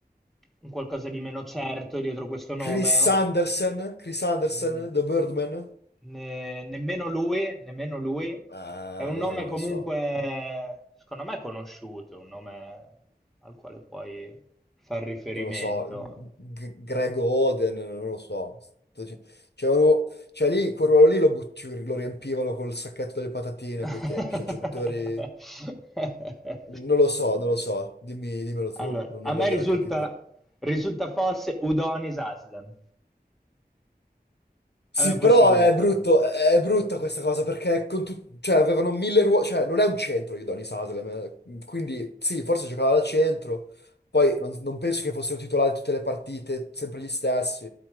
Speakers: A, in the centre; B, on the left.
A: un qualcosa di meno certo dietro questo nome.
B: Chris Andersen? Chris Andersen,
A: Mm,
B: The Birdman?
A: ne- nemmeno lui, nemmeno lui.
B: Ah,
A: È un
B: allora
A: nome
B: non
A: comunque,
B: lo so.
A: secondo me, conosciuto, un nome al quale puoi far riferimento.
B: Non lo so. G- Greg Oden, non lo so. Sto dic- Cioè, uno- cioè lì, quel ruolo lì lo, butti- lo riempivano col sacchetto delle patatine
A: <laughs>
B: a quei tempi. Cioè, giocatori... Non lo so, non lo so. Dimmi, dimmelo tu.
A: Allora,
B: Non,
A: a
B: non
A: me
B: voglio
A: risulta,
B: neanche più.
A: risulta forse Udonis Haslem, è
B: Sì,
A: una possibilità.
B: però è brutto, è brutta questa cosa perché con tu- cioè, avevano mille ruoli, cioè non è un centro Udonis Haslem, eh, quindi sì, forse giocava da centro, poi non, non penso che fossero titolari tutte le partite, sempre gli stessi,